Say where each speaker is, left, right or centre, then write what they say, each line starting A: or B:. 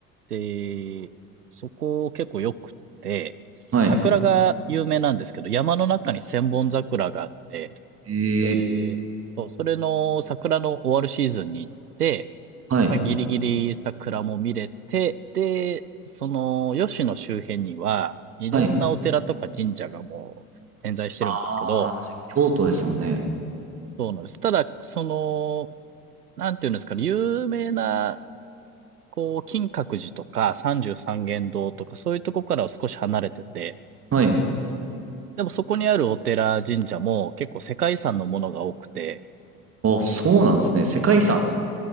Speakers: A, on the right (about 85°); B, on the right (about 30°).
A: で、そこ結構良くて、桜が有名なんですけど、
B: はい、
A: 山の中に千本桜があって、
B: えー、
A: で、そう、それの桜の終わるシーズンに行って、
B: はい、
A: まあ、ギリギリ桜も見れて、で、その、吉野周辺には、いろんなお寺とか神社がもう点在してるんですけど、
B: はい。ああ、京都ですもんね。
A: そうなんです。ただ、その、なんていうんですかね、有名な、こう、金閣寺とか三十三間堂とか、そういうとこからは少し離れてて、
B: はい。
A: でもそこにあるお寺、神社も結構世界遺産のものが多くて、
B: あ、そうなんですね。世界遺産。